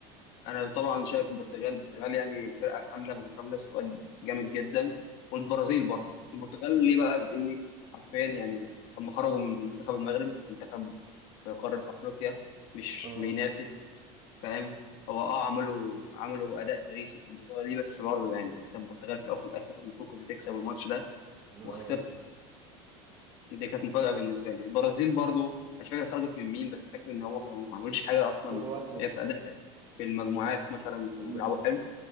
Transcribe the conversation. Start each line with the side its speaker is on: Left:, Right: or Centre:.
Left: انا طبعا شايف البرتغال البرتغال يعني الفرقه كامله متكامله سكواد جامد جدا والبرازيل برضه بس البرتغال ليه بقى لان حرفيا يعني هم خرجوا من منتخب المغرب منتخب في قاره افريقيا مش
Right: اه
Left: بينافس فاهم هو اه عملوا عملوا اداء تاريخي في البطوله دي بس برضه يعني انت البرتغال في الاول وفي الاخر المفروض كنت تكسب الماتش ده
Right: آه،
Left: وخسرت دي كانت مفاجأة بالنسبة لي البرازيل برضو مش فاكر خرجت من مين بس فاكر ان هم كانوا ما عملوش حاجة اصلا
Right: كرواتيا
Left: هي في اداء في المجموعات مثلا
Right: مم،
Left: كانوا بيلعبوا حلو